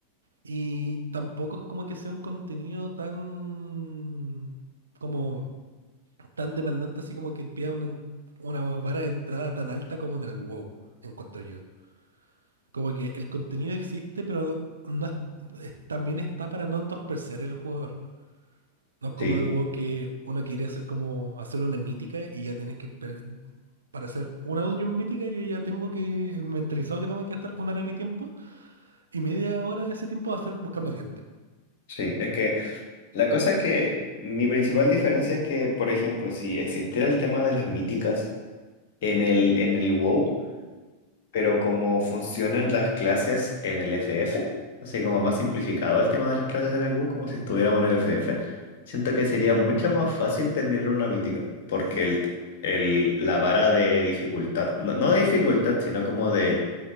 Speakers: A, on the right; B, on the left.
A: Y tampoco es como que sea un contenido tan como tan demandante, así como que pida una, en- una vara de entrada tan alta como en el WoW, encuentro yo. Como que el contenido existe, pero no es- es- también está para no entorpecer el jugador. No es como
B: Sí,
A: en el WoW que uno quiere hacer como hacer una mítica y ya tienes que esper- para hacer una dungeon mítica, yo ya tengo que mentalizado que tengo que gastar una hora de mi tiempo y media hora de ese tiempo va a ser buscando gente.
B: sí, es que la cosa es que mi principal diferencia es que, por ejemplo, si existiera el tema de las míticas en el, en el WoW, pero como funcionan las clases en el FF, así como más simplificado el tema de las clases en el bus, como si estuviéramos en el FF, siento que sería mucho más fácil terminar una mítica, porque el, el- la vara de dificultad, no, no de dificultad, sino como de,